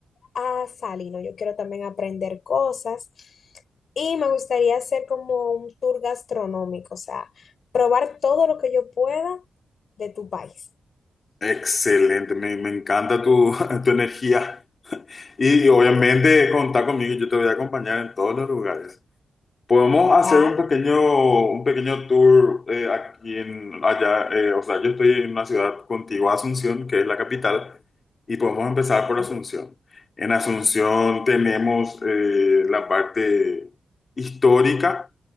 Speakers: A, on the left; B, on the left.
A: a Salino, yo quiero también aprender cosas y me gustaría hacer como un tour gastronómico, o sea, probar todo lo que yo pueda de tu país.
B: Excelente, me, me encanta tu, <laughs> tu energía. Y, obviamente contar conmigo, yo te voy a acompañar en todos los lugares. Podemos
A: Claro,
B: hacer un pequeño, un pequeño tour eh, aquí en allá. eh, o sea, yo estoy en una ciudad contigua a Asunción, que es la capital, y podemos empezar
A: ok.
B: por Asunción. En Asunción tenemos eh, la parte histórica.